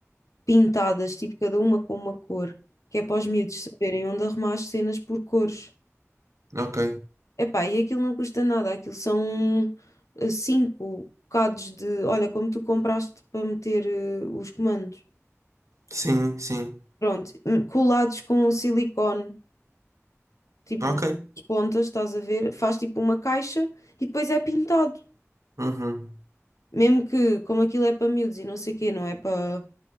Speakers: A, on the left (about 80°); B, on the right (about 75°).
A: pintadas, tipo cada uma com uma cor, que é para os miúdos saberem onde arrumar as cenas por cores.
B: ok.
A: Epá, e aquilo não custa nada, aquilo são eh, cinco bocados de, olha, como tu compraste para meter eh, os comandos.
B: Sim, sim.
A: Pronto, hum, colados com silicone, tipo
B: Ok.
A: as pontas, estás a ver? Faz tipo uma caixa e depois é pintado.
B: Uhum.
A: Mesmo que, como aquilo é para miúdos e não sei o quê, não é para,